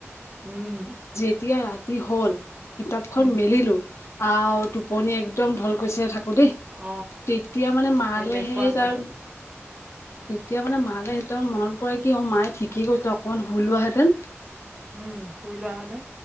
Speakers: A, on the right; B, on the left.
A: উম
B: যেতিয়া ৰা হ'ল কিতাপখন
A: উম
B: মেলিলো টোপনি একদম ঢলকৈছে থাক হ দেই
A: অ
B: তেতিয়া মানে
A: এনেকুৱা
B: সেই তাৰ।
A: হয়
B: তেতিয়া মানে ‍মা লৈ মনত প কি অ মায়ে ঠিকেই কৰিছে অকণমান শুলো হেঁতেন
A: উম শুই লোৱা হলে